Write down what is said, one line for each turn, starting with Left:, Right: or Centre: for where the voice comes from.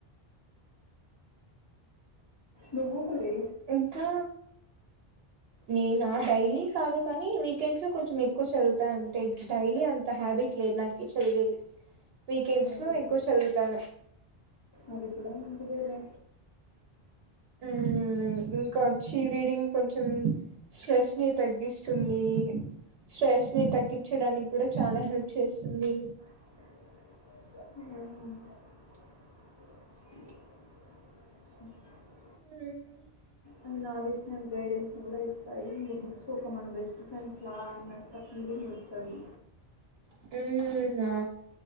Left: నువ్వు మరిే
Right: ఇంకా నేనా డైలీ కాదు కానీ వీకెండ్స్ లో కొంచెం ఎక్కువ చదువుతాన అంటే డైలీ అంత హ్యాబిట్ లేదు నాక్ ఈ చదివేది వీకెండ్స్
Left: అది
Right: లో ఎక్కువ చదువుతాను
Left: అది కూడా నిజమేరా
Right: మ్ హు ఇంకా వచ్చి రీడింగ్ కొంచెం స్ట్రెస్ ని తగ్గిస్తుంది స్ట్రెస్ ని తగ్గించడానికి కూడా చాలా హెల్ప్ చేస్తుంది
Left: హ
Right: అ
Left: అవి నాలెడ్జ్ ని గైడెన్స్ కూడా ఇస్తాయి ఇంకా బుక్స్ ఒక మన బెస్ట్ ఫ్రెండ్స్ లా అన్నంత ఫీలింగ్ ఇస్ తది
Right: మ్ అ